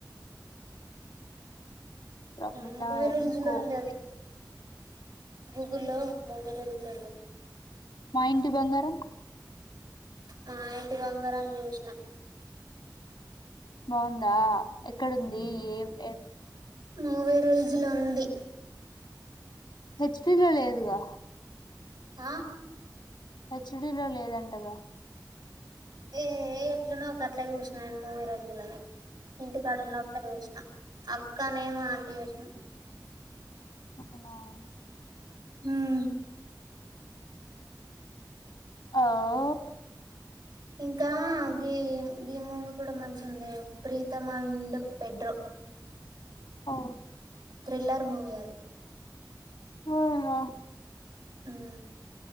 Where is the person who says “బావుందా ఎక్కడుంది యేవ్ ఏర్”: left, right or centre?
Left